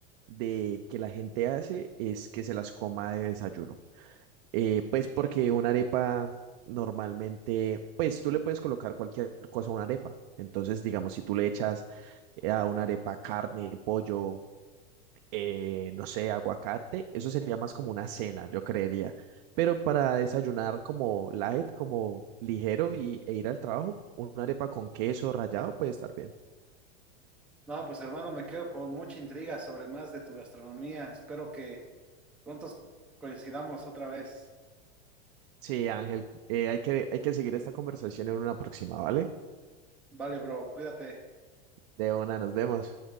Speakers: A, on the right; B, in the centre.
A: de que la gente hace es que se las coma de desayuno. Eh, pues porque una arepa normalmente, pues tú le puedes colocar cualquier cosa a una arepa. Entonces, digamos, si tú le echas eh, a una arepa carne, pollo eh, no sé, aguacate, eso sería más como una cena, yo creería. Pero para desayunar como light, como ligero y, e ir al trabajo, una arepa con queso rallado puede estar bien.
B: No, pues hermano, me quedo con mucha intriga sobre más de tu gastronomía. Espero que pronto coincidamos otra vez.
A: Sí, Ángel,
B: Sí.
A: eh, hay que, hay que seguir esta conversación en una próxima, ¿vale?
B: Vale, bro, cuídate.
A: De una, nos vemos.